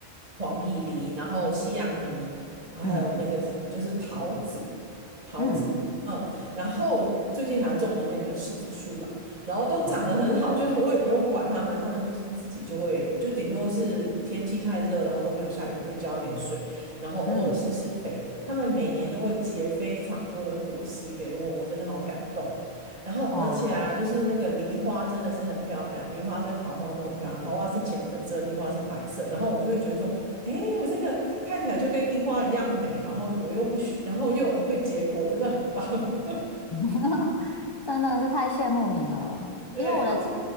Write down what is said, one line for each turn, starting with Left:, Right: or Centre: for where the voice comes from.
Right: 黄皮梨，然后西洋梨，然后还有那个什么就是桃子，
Left: 嗯
Right: 桃子。
Left: 嗯，
Right: 嗯，然后最近还种了那个柿子树啦，然后都长得很好，
Left: 哇，
Right: 就我也不用管它们，它们就是自己就会，就顶多是天气太热，然后都没有下雨，我就浇一点水，然后偶尔施施肥。
Left: 嗯
Right: 它们每年都会结非常多的果实给我，我真的好感动。然后而且啊，
Left: 哇，
Right: 就是那个梨花真的是很漂亮，梨花跟桃花都很漂亮，桃花是浅粉色，梨花是白色。然后我就会觉得说，诶，我这个看起来就跟樱花一样美，然后我又不需，然后又会结果，真的很棒。<laughs>
Left: <laughs> 真的是太羡慕你了。
Right: 对，
Left: 因为我的家，
Right: 然后